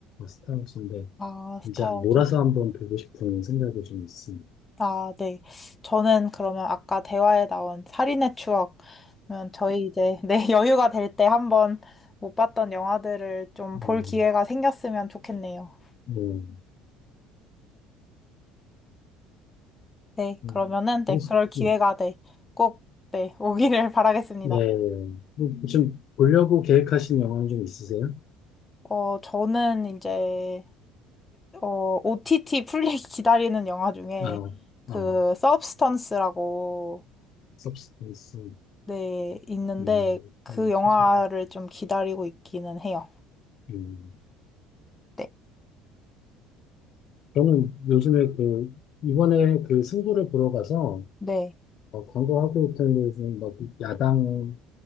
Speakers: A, on the left; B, on the left.
A: 스타워즈인데,
B: 아, 스타워즈.
A: 이제 몰아서 한번 보고 싶은 생각이 좀 있습니다.
B: 아, 네. 저는 그러면 아까 대화에 나온 살인의 추억. 그러면 저희 이제 <laughs> 네, 여유가 될 때 한번 못 봤던 영화들을 좀 볼
A: 음,
B: 기회가 생겼으면 좋겠네요.
A: 뭐,
B: 네,
A: 음,
B: 그러면은 네,
A: 그렇습-
B: 그럴 기회가
A: 음,
B: 네, 꼭 네, 오기를 <laughs> 바라겠습니다.
A: 예, 예. 예. 뭐, 지금 보려고 계획하신 영화는 좀 있으세요?
B: 어, 저는 이제 어, OTT 풀리기 <laughs> 기다리는 영화 중에
A: 아,
B: 그
A: 어,
B: 서브스턴스라고
A: 서브스턴스,
B: 네, 있는데
A: 음,
B: 그
A: 음,
B: 영화를
A: 최소
B: 좀 기다리고 있기는 해요.
A: 음.
B: 네.
A: 저는 요즘에 그, 이번에 그 승부를 보러 가서,
B: 네.
A: 어, 광고하고 있던 데서 막 야당을